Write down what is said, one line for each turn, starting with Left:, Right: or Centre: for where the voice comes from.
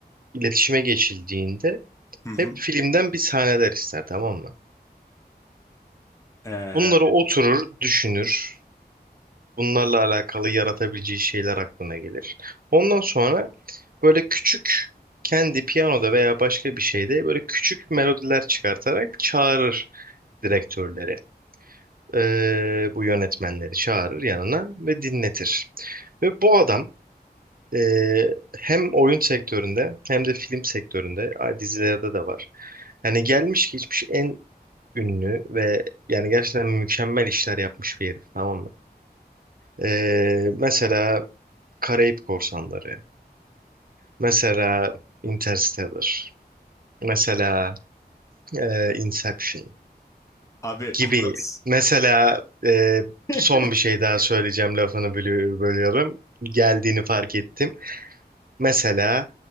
Right: iletişime geçildiğinde
Left: Hı hı.
Right: Hep filmden bir sahneler ister tamam mı?
Left: Ee,
Right: Bunları oturur, düşünür. Bunlarla alakalı yaratabileceği şeyler aklına gelir. Ondan sonra böyle küçük kendi piyanoda veya başka bir şeyde böyle küçük melodiler çıkartarak çağırır direktörleri. Ee, bu yönetmenleri çağırır yanına ve dinletir. Ve bu adam e, hem oyun sektöründe hem de film sektöründe, ay, dizilerde de var. Yani gelmiş geçmiş en ünlü ve yani gerçekten mükemmel işler yapmış bir herif tamam mı? Ee, mesela Karayip Korsanları, mesela Interstellar, mesela e, Inception
Left: abi
Right: gibi.
Left: Hans
Right: Mesela e,
Left: <laughs>
Right: son bir şey daha söyleyeceğim lafını bölü- bölüyorum. Geldiğini fark ettim. Mesela